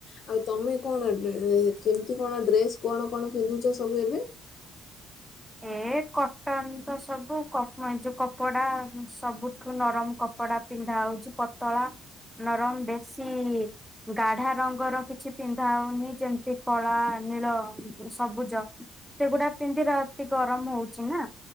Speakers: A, on the left; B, in the centre.
A: ଆଉ ତମେ କଣ କେମିତି କଣ ଡ୍ରେସ୍ କଣ କଣ ପିନ୍ଧୁଛ ସବୁ ଏବେ।
B: ଏ କଟନ ତ ସବୁ ଏଇ ଯୋଉ କପଡା ସବୁଠୁ ନରମ କପଡା ପିନ୍ଧା ହଉଛି ପତଳା ନରମ ବେଶୀ ଗାଢା ରଙ୍ଗର କିଛି ପିନ୍ଧା ହଉନି ଯେମିତି କଳା ନୀଳ ସବୁଜ ସେଗୁଡା ପିନ୍ଧି ର ଗରମ ହଉଛି ନା